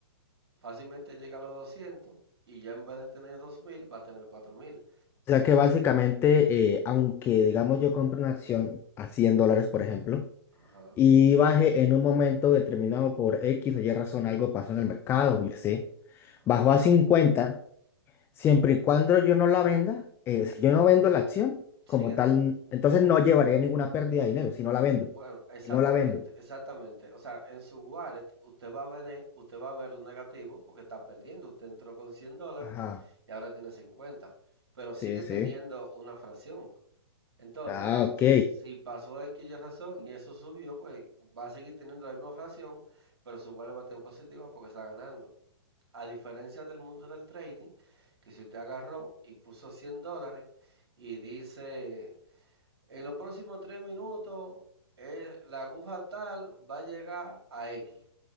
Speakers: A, on the right (about 65°); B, on the left (about 15°).
A: fácilmente llega a los 200 y ya en vez de tener 2000, va a tener 4000.
B: O sea que básicamente, eh, aunque digamos yo compre una acción a 100 dólares, por ejemplo,
A: Ajá,
B: y baje en un momento determinado por X o Y razón, algo pasó en el mercado, yo sé,
A: ajá.
B: bajó a 50 siempre y cuando yo no la venda, eh, si yo no vendo la acción
A: Sigue,
B: como tal,
A: te-
B: entonces no llevaré ninguna pérdida de dinero si no la vendo,
A: bueno, exactamente,
B: si no la vendo.
A: exactamente. O sea, en su wallet usted va a ver, usted va a ver un negativo porque está perdiendo. Usted entró con 100 dólares
B: Ajá,
A: y ahora tiene cincuenta pero sigue
B: sí, sí.
A: teniendo una fracción. Entonces,
B: Ah, ok.
A: si pasó X y razón y eso subió, pues va a seguir teniendo la misma fracción, pero su wallet va a tener positiva porque está ganando. A diferencia del mundo del trading, que si usted agarró y puso 100 dólares y dice... En los próximos tres minutos, eh, la aguja tal va a llegar a X.